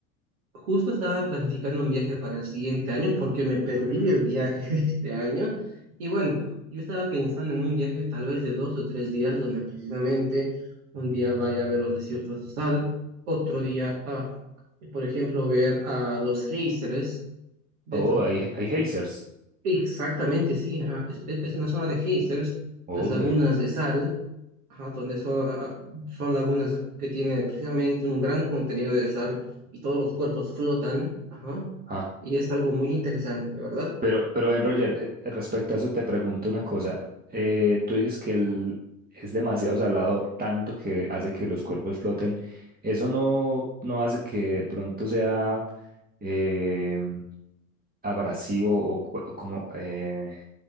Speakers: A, on the right; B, on the right.
A: justo estaba planificando un viaje para el siguiente año porque me perdí el viaje <laughs> este año. Y bueno, yo estaba pensando en un viaje tal vez de dos o tres días donde precisamente un día vaya a ver los desiertos de sal, otro día, a, por ejemplo, ver a los géiseres dentro,
B: Oh, hay, hay hazers.
A: Exactamente, sí. ah, Es, e, es- una zona de geysers,
B: Hombre.
A: las lagunas de sal, ajá, donde son, ah, son lagunas que tienen precisamente un gran contenido de sal y todos los cuerpos flotan, ajá,
B: Ah,
A: y es algo muy interesante, ¿verdad?
B: pero, pero Ben Roger, eh, respecto a eso te pregunto una cosa. Eh, tú dices que el, es demasiado salado, tanto que hace que los cuerpos floten. ¿Eso no, no hace que de pronto sea eh, abrasivo o, cu- o como eh,